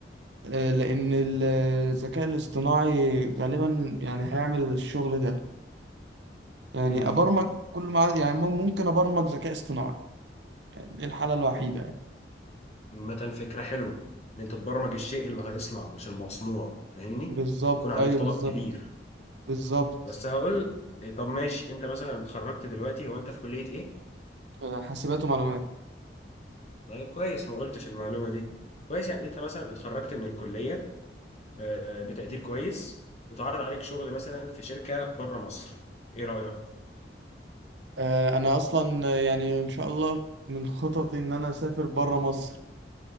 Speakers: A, on the right; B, on the left.
A: آه، لأن ال- الذكاء الاصطناعي غالبا يعني هيعمل الشغل ده يعني
B: مم.
A: أبرمج كل ما يعني ممكن أبرمج ذكاء اصطناعي يعني دي الحالة الوحيدة
B: مثلا فكرة حلوة ان انت تبرمج الشيء اللي هيصنع مش المصنوع فاهمني
A: بالظبط
B: يكون عليك
A: ايوه
B: طلب
A: بالظبط
B: كبير
A: بالظبط
B: بس هقول إيه، طب ماشي انت مثلا اتخرجت دلوقتي هو انت في كلية ايه
A: آه، حاسبات ومعلومات
B: طيب كويس ما قلتش المعلومة دي كويس يعني انت مثلا اتخرجت من الكلية آه، بتقدير كويس وتعرض عليك شغل مثلا في شركة بره مصر ايه رأيك؟
A: آه، انا اصلا آه، يعني ان شاء الله من خططي ان انا اسافر بره مصر